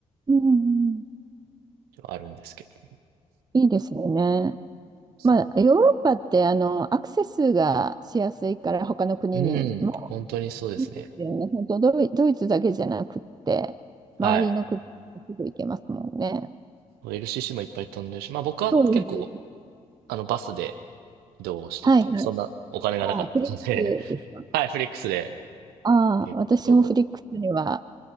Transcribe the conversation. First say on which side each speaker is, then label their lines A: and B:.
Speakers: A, on the right; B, on the right.
A: うんうん、
B: あるんですけど。
A: いいですよね。
B: そ
A: まあ、ヨーロッパってあのアクセスがしやすいから他の国にも
B: うな。うん、本当にそうですね。
A: いいですよね。本当ドイ、ドイツだけじゃなくって、
B: はい。
A: 周りの国にすぐ行けますもんね。
B: LCC もいっぱい飛んでるし、まあ僕は結構、
A: そうですね。
B: あの、バスで移動してて、
A: はいはい。
B: そんなお金がなかったので、
A: あ、フリックスですか。
B: <laughs> はい、フリックスで
A: ああ、
B: 結構
A: 私もフリックスには